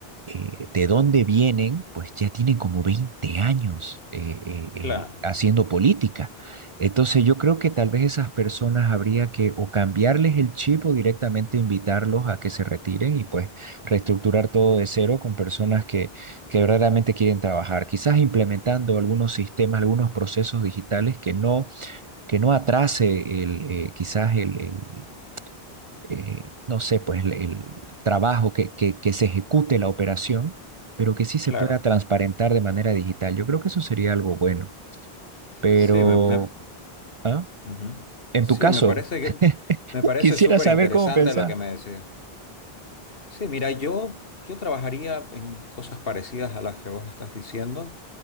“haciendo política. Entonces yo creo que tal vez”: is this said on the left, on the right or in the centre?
Right